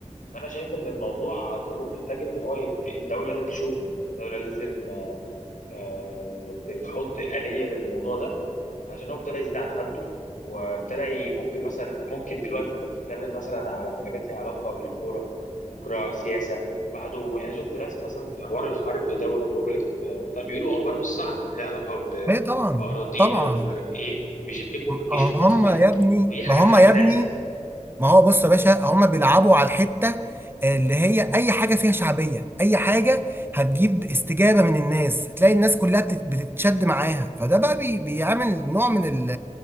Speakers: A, on the left; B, on the right.
A: فانا شايف ان الموضوع طارق محتاج ان هو يت... الدوله لازم تشوفه الدوله لازم آه، تحط آلية للموضوع ده عشان هو ابتدى يزيد عن حده وابتدى ي- ممكن مثلا ممكن دلوقتي انت بتتكلم مثلا على حاجات ليها علاقه بالكوره بكره سياسه بعده انا شفت ناس مثلا في حوار الحرب ده والحروب اللي كانت ده بيقولوا اخبار مش صح ليها علاقه ب...
B: ايه طبعا
A: باراضينا
B: طبعا
A: ومش عارف ايه وبيشككوا
B: ما
A: في الجيش المصري
B: هم يا ابني
A: ودي حاجات
B: ما هم
A: حساسه
B: يا ابني ما هو بص يا باشا هما بيلعبوا على الحتة اللي هي أي حاجة فيها شعبية أي حاجة هتجيب استجابة من الناس تلاقي الناس كلها بتت- بتتشد معاها فده بقى بي بيعمل نوع من ال